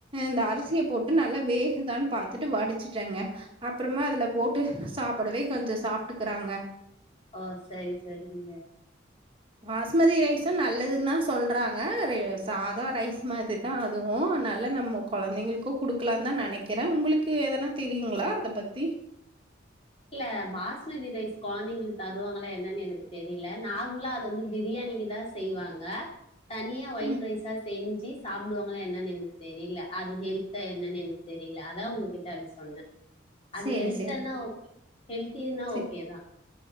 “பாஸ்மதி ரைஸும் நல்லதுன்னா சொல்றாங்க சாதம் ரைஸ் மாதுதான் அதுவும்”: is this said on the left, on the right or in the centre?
Right